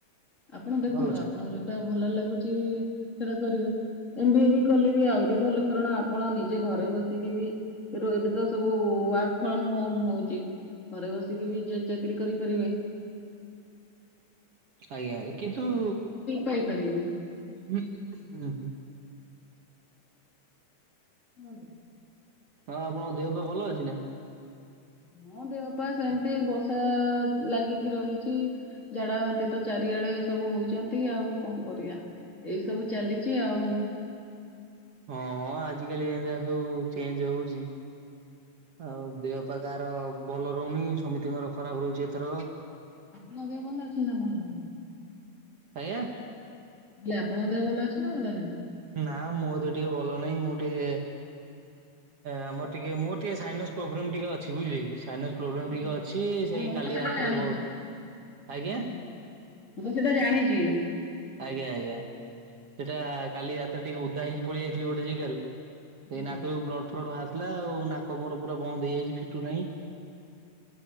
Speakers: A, on the left; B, on the right.
A: ଆପଣ ଦେଖନ୍ତୁ
B: ଭଲ ଅଛି
A: ଆପଣଙ୍କୁ ଯୋଉ ତ ଭଲ ଲାଗୁଚି ସେଟା କରିବେ। ଏମ୍ ବି ଏ ବି କଲେ ବି ଆଉରି ଭଲ କାରଣ ଆପଣ ନିଜେ ଘରେ ବସିକି ବି ଏବେ ତ ସବୁ ୱାର୍କ ଫ୍ରମ ହୋମ ହଉଚି। ଘରେ ବସିକି ବି ଯେ ଚାକିରି କରିପାରିବେ।
B: ଆଜ୍ଞା ଆ କିନ୍ତୁ
A: ପାଇପାରିବେନି।
B: ହୁଁ ହୁଁ ହୁଁ।
A: ନୁହଁନ୍ତି।
B: ହଁ ଆପଣଙ୍କ ଦେହପା ଭଲ ଅଛି ନା?
A: ହଁ ଦେହପା ସେମତି ବର୍ଷା ଲାଗିକି ରହିଚି। ଝାଡା ବାନ୍ତି ତ ଚାରିଆଡେ ସବୁ ହଉଚନ୍ତି ଆଉ କଣ କରିଆ? ଏଇ ସବୁ ଚାଲିଚି ଆଉ।
B: ହଁ ହଁ ଆଜିକାଲି ଏନ୍ତିଆ ସବୁ ଚେଞ୍ଜ ହଉଚି ଆଉ ଦେହ ପା କାହାର ଭଲ ରହୁନି। ସମିତିଙ୍କର ଖରାପ ରହୁଚି ଏଥରକ।
A: ତମ ଦେହ ଭଲ ଅଛି ନା ଭଲ ନାହିଁ।
B: ଆଜ୍ଞା।
A: ହେଲେ ଆପଣଙ୍କ ଦେହ ଭଲ ଅଛି ନା ଭଲ ନାହିଁ?
B: ନା ମୋ ଦେହ ଟିକେ ଭଲ ନାହିଁ ମୁଁ ଟିକେ ଆମର ଟିକେ ମୋର ଟିକେ ସାଇନସ୍ ପୋବ୍ରେମ୍ ଟିକେ ଅଛି ବୁଝିଲେକି ସାଇନସ୍ ପ୍ରୋବ୍ଲେମ
A: ମୁଁ
B: ଟିକେ ଅଛି, ସେଇ କାଲି
A: ସେଟା
B: ରାତିରେ
A: ଜାଣିଛି।
B: ବ ଅ ଆଜ୍ଞା
A: ହୁଁ। ମୁଁ ତ ସେଇଟା ଜାଣିଚି।
B: ଆଜ୍ଞା ଆଜ୍ଞା ସେଇଟା କାଲି ରାତିରେ ଟିକେ ଉଦା ହେଇକି ପଳେଇ ଆଇଥିଲି ଗୋଟେ ଜେଗାରୁ
A: ହୁଁ
B: ସେଇ ନାକରୁ ବ୍ଲଡ ଫ୍ଲଡ ବାହାରିଥିଲା। ଆଉ ନାକ ମୋର ପୁରା ବନ୍ଦ ହେଇଯାଇଚି ଫିଟୁ ନାହିଁ।